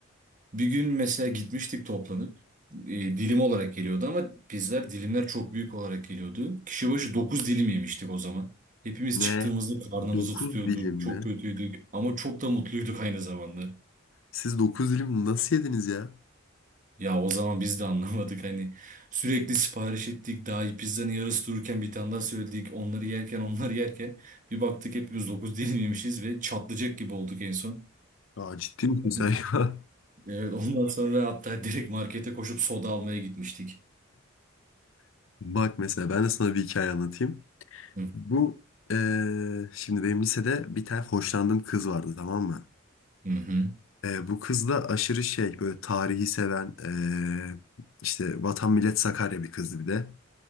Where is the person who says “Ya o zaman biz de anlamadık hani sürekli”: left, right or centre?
Right